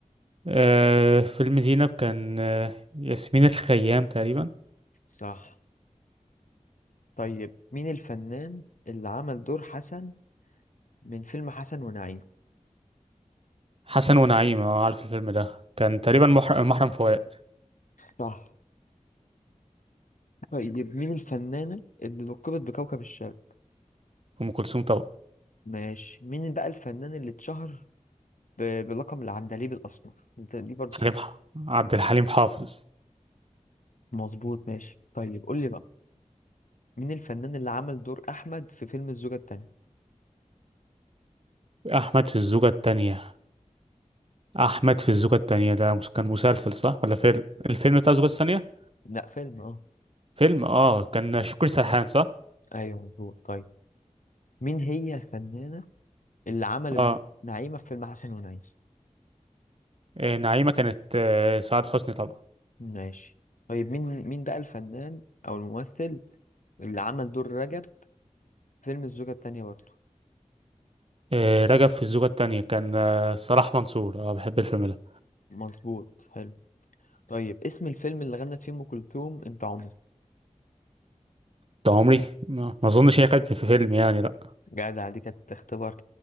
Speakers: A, on the right (about 50°); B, on the left (about 80°).
A: آه، فيلم زينب كان آه، ياسمين الخيام تقريبا
B: صح طيب مين الفنان اللي عمل دور حسن من فيلم حسن ونعيم
A: حسن ونعيم اه عارف الفيلم ده كان تقريبا مح- محرم فؤاد
B: صح طيب مين الفنانة اللي لقبت بكوكب الشرق
A: ام كلثوم طبعا
B: ماشي مين بقى الفنان اللي اتشهر ب- بلقب العندليب الأسمر ده- دي برضه سهلة
A: حليم ح- عبد الحليم حافظ
B: مظبوط ماشي طيب قول لي بقى مين الفنان اللي عمل دور أحمد في فيلم الزوجة التانية
A: احمد في الزوجه الثانيه احمد في الزوجه الثانيه ده مس- كان مسلسل صح ولا فيلم الفيلم بتاع الزوجه الثانيه
B: لا فيلم اه
A: فيلم اه كان شكري سرحان صح
B: ايوه مظبوط طيب مين هي الفنانة اللي عملت
A: اه
B: دور نعيمة في فيلم حسن ونعيش
A: إيه، نعيمه كانت آه، سعاد حسني طبعا
B: ماشي طيب مين مين بقى الفنان او الممثل اللي عمل دور رجب في فيلم الزوجة التانية برضه
A: إيه، رجب في الزوجه الثانيه كان آه، صلاح منصور اه بحب الفيلم ده
B: مظبوط حلو طيب اسم الفيلم اللي غنت فيه ام كلثوم انت عمري
A: طول عمري ما ما اظنش هي كانت في فيلم يعني لا
B: جدع دي كانت اختبار